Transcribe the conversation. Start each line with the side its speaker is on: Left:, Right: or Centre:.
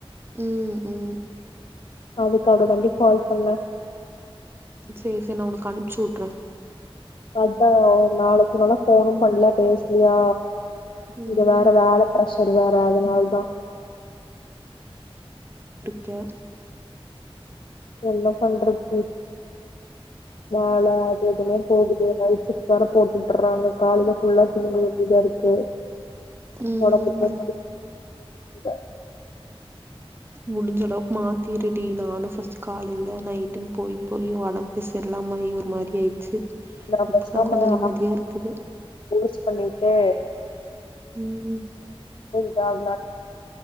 Right: ம் ம்
Left: அதுக்காக தாண்டி கால் பண்ண
Right: செரி செரி நா உனக்கு அனுப்பிச்சுட்றே
Left: அதா நாலஞ்சு நாளா போனு பண்ல பேசலியா இங்க
Right: ம்
Left: வேற வேல பிரஷர் வேற அதனால தா
Right: கியா
Left: என்ன பண்றது ம் வேல அது எதுனே போகுது நைட் ஷிப்ட் வேற போட்டுட்டுறாங்க காலையில ஃபுல்லா தூங்க வேண்டியதா இருக்கு
Right: ம்
Left: உடம்பு <unintelligible>
Right: முடிஞ்ச அளவுக்கு மாத்திருடி நானும் ஃபர்ஸ்ட் காலைல நைட்டுன் போய் போய் உடம்பே சரி இல்லாம ஒரு மாரி ஆயிடுச்சு
Left: நா
Right: இப்பதா
Left: பேசாம
Right: கொஞ்ச நிம்மதியா
Left: ஆர்மி
Right: இருக்குது
Left: கோர்ஸ் பண்ணிட்டு
Right: ம்
Left: ஜாப்